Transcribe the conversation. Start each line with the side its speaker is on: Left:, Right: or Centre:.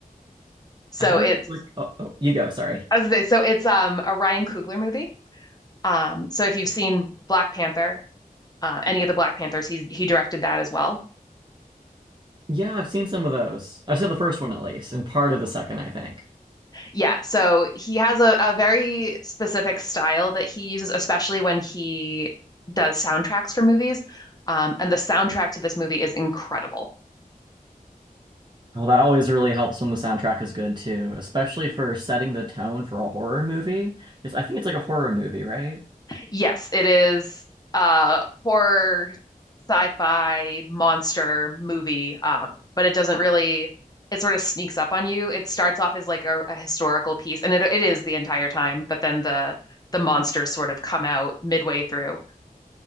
Left: So,
Right: I heard
Left: it's
Right: it's like, oh, oh, you go, sorry.
Left: as they say, so it's um, a Ryan Coogler movie. Um, so if you've seen Black Panther, uh, any of the Black Panthers, he he directed that as well.
Right: Yeah, I've seen some of those. I've seen the first one at least, and part of the second, I think.
Left: Yeah, so he has a, a very specific style that he uses, especially when he does soundtracks for movies. Um, and the soundtrack to this movie is incredible.
Right: Oh, that always really helps when the soundtrack is good too, especially for setting the tone for a horror movie. Because I think it's like a horror movie, right?
Left: Yes, it is a horror, sci-fi, monster movie, um, but it doesn't really, it sort of sneaks up on you. It starts off as like a, a historical piece, and it, it is the entire time, but then the the monsters sort of come out midway through.